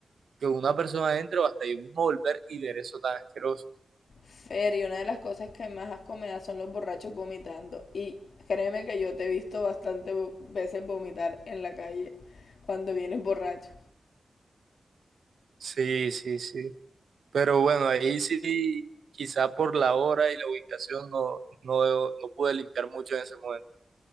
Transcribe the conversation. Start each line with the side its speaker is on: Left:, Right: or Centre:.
Right: que una persona entre o hasta yo mismo volver y ver eso tan asqueroso.
Left: Fer, y una de las cosas que más asco me da son los borrachos vomitando. Y créeme que yo te he visto bastantes veces vomitar en la calle cuando vienes borracho.
Right: Sí, sí, sí. Pero bueno, ahí sí, quizá por la hora y la ubicación no, no, no pude limpiar mucho en ese momento.